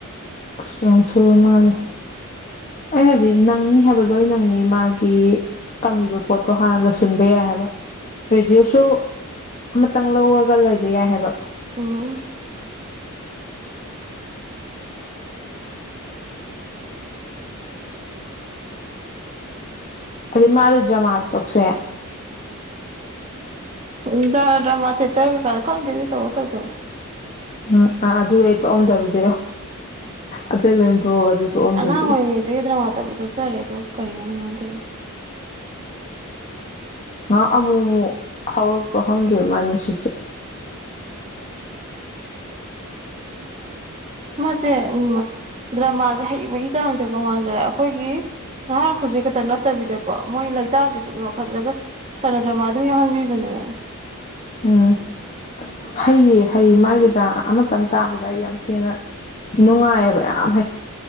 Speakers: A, on the left; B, on the right.
A: ꯑꯁ ꯌꯥꯝ ꯊꯨꯕ ꯃꯥꯂꯦ ꯑꯩꯅꯗꯤ ꯅꯪꯅꯤ ꯍꯥꯏꯕꯗ ꯂꯣꯏ ꯅꯪꯅꯤ ꯃꯥꯒꯤ ꯇꯝꯃꯤꯕ ꯄꯣꯠꯇꯣ ꯍꯥꯟꯅ ꯂꯣꯏꯁꯤꯟꯕ ꯌꯥꯏ ꯍꯥꯏꯕ ꯔꯦꯗꯤꯌꯑꯣꯁꯨ ꯑꯃꯇꯪ ꯂꯧꯔꯒ ꯂꯩꯕ ꯌꯥꯏ ꯍꯥꯏꯕ
B: ꯎꯝ
A: ꯑ ꯃꯥꯔꯤ꯭ꯔ ꯃꯥꯜꯗ ꯁꯦ
B: ꯎꯝ ꯗ ꯗ꯭ꯔꯃꯥ ꯆꯇ ꯀꯔ ꯈꯗꯗꯤ ꯇ ꯇ ꯇ
A: ꯎꯝ ꯑ ꯑꯗꯨ ꯑꯩ ꯇꯣꯛꯑꯝꯗꯕꯗꯣ ꯑꯇꯩ ꯂꯣꯏ ꯇꯣꯛꯑꯒ ꯑꯗꯨ ꯇꯣꯛꯑꯝꯗ꯭ꯔꯗꯤ
B: ꯑꯉꯥꯡ ꯑꯣꯏꯣꯏ ꯔꯍꯤꯗ꯭ꯔ ꯇ ꯆꯠꯆꯔꯦ ꯑꯗꯨꯣ ꯀꯩꯅꯣꯗꯗꯤ
A: ꯑ ꯑ ꯑꯃꯨ ꯍꯧꯔꯛꯄ ꯈꯪꯗꯦ ꯃꯥꯥꯏ ꯅꯨꯡꯁꯤꯁꯦ
B: ꯃꯁꯦ ꯎꯝ ꯗ꯭ꯔꯃꯥꯁꯦ ꯍꯩꯕꯒꯤ ꯆꯥꯡ ꯀꯃꯁꯦ ꯑꯩꯈꯣꯏꯒꯤ ꯅꯍꯥꯥꯟ ꯈꯖꯤꯛ ꯈꯛꯇꯪ ꯅꯠꯇꯕꯤꯗꯀꯣ ꯃꯣꯏ ꯂꯩꯇꯥꯔꯁꯦ ꯄꯨꯛꯅꯤꯡ ꯋꯥꯈꯗ꯭ꯔꯒ ꯁꯥꯟꯅꯗ꯭ꯔꯃꯥ ꯑꯗꯨ ꯌꯥ ꯍꯥꯟꯕꯤꯕꯅꯦꯕ
A: ꯎꯝ ꯍꯩꯌꯦ ꯍꯩ ꯃꯥꯒꯤꯖꯥ ꯑꯃꯇꯪ ꯇꯥꯕꯗ ꯑꯩ ꯌꯥꯝ ꯊꯤꯅ ꯅꯨꯡꯉꯥꯏꯌꯦꯕ ꯌꯥꯝ ꯍꯩ